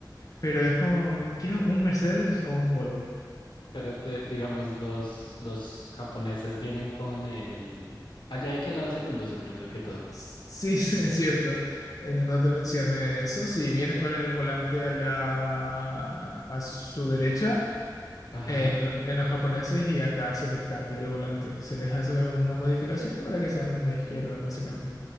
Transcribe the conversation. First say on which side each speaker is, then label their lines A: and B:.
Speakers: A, on the left (about 50°); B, on the left (about 85°).
A: pero es como, quiero un Mercedes y- o un Volvo.
B: Pero te- digamos, los, los japoneses vienen con el... ¿Allá de qué lado se conduce primero que todo?
A: Sí, <laughs> es cierto. Eh, No te mencioné eso. Si vienen con el volante a la a su derecha,
B: Ajá.
A: en, lo- en los japoneses y acá se les cambia el volante. Se les hace una modificación para que sean a la izquierda, básicamente.